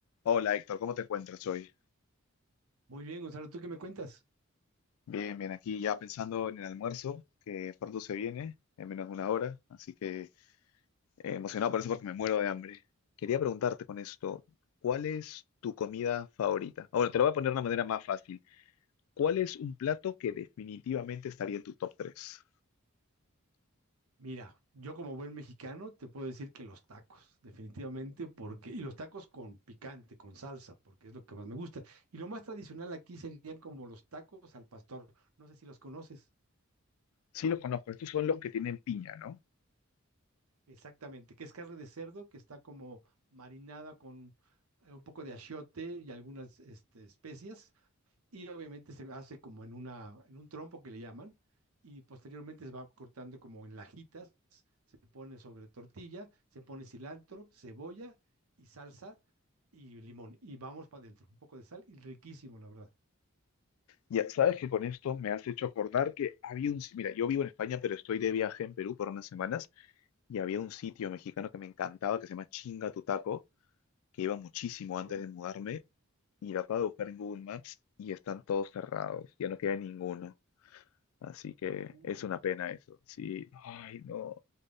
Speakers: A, on the left; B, on the right.
A: Hola Héctor, ¿cómo te encuentras hoy?
B: Muy bien, Gonzalo, ¿tú qué me cuentas?
A: Bien, bien, aquí ya pensando en el almuerzo que pronto se viene, en menos de una hora, así que eh, emocionado por eso porque me muero de hambre. Quería preguntarte con esto, ¿cuál es tu comida favorita? Ah, Bueno, te lo voy a poner de una manera más fácil. ¿Cuál es un plato que definitivamente estaría en tu top 3?
B: Mira, yo como buen mexicano te puedo decir que los tacos, definitivamente, porque, y los tacos con picante, con salsa, porque es lo que más me gusta. Y lo más tradicional aquí serían como los tacos al pastor, no sé si los conoces
A: Sí, los conozco, estos son los que tienen piña, ¿no?
B: exactamente, que es carne de cerdo que está como marinada con eh, un poco de achiote y algunas este, especias y obviamente se hace como en una, en un trompo que le llaman, y posteriormente se va cortando como en lajitas, se pone sobre tortilla, se pone cilantro, cebolla y salsa y limón, y vamos para adentro, un poco de sal, y riquísimo, la verdad.
A: Ya sabes que con esto me has hecho acordar que había un... si- Mira, yo vivo en España, pero estoy de viaje en Perú por unas semanas y había un sitio
B: Sí,
A: mexicano que me encantaba que se llama Chinga Tu Taco que iba muchísimo antes
B: ok.
A: de mudarme y lo acabo de buscar en Google Maps y están todos cerrados, ya no queda ninguno. Así que
B: Uh,
A: es una pena eso. Sí, ay, no.